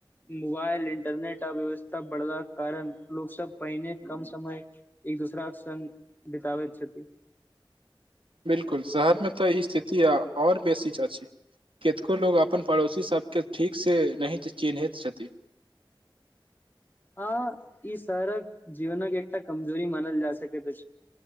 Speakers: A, on the left; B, on the right.
A: मोबाइल इंटरनेट अव्यवस्था बढ़ला के कारण लोक सब पहिने कम समय एक दूसराक सङ बितबैत छथि
B: बिलकुल शहरमे तऽ ई स्थिति आऔर बेसी चाची केतको लोग अपन पड़ोसी सबके ठीक से नहि चिन्हैत छथि
A: <inaudible> हँ ई सारा जीवन एकटा कमजोरी मानल जा छै पी